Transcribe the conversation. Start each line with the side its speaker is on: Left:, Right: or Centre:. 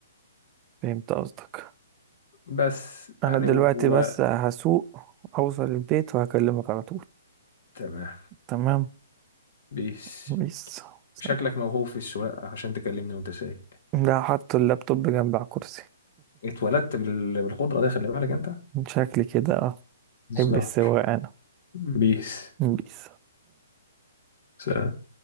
Right: فهمت قصدك
Left: بس يعني
Right: انا دلوقتي
Left: و...
Right: بس هسوق اوصل البيت وهكلمك على طول
Left: تمام
Right: تمام
Left: بيس
Right: بيس سلام.
Left: شكلك موهوب في السواقة عشان تكلمني وانت سايق
Right: لا حط اللابتوب جنب على الكرسي
Left: اتولدت بال- بالقدرة دي خلي بالك انت
Right: <laughs> شكلي كده اه
Left: الظهر
Right: بحب السواقة أنا
Left: بيس
Right: بيس
Left: سلام